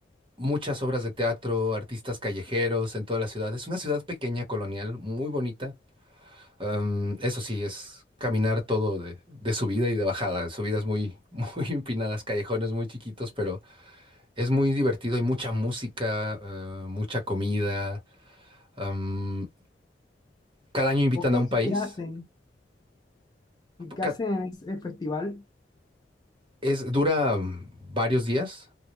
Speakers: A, on the right; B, on the left.
A: muchas obras de teatro, artistas callejeros en toda la ciudad. Es una ciudad pequeña, colonial, muy bonita Am, eso sí, es caminar todo de, de subida y de bajada. Subidas muy, <laughs> muy empinadas, callejones muy chiquitos, pero es muy divertido. Hay mucha música, eh, mucha comida. Am, cada año invitan
B: Ok,
A: a un país.
B: ¿y qué hacen? ¿Y qué
A: Ca-
B: hacen en ese festival?
A: Es, dura mm, varios días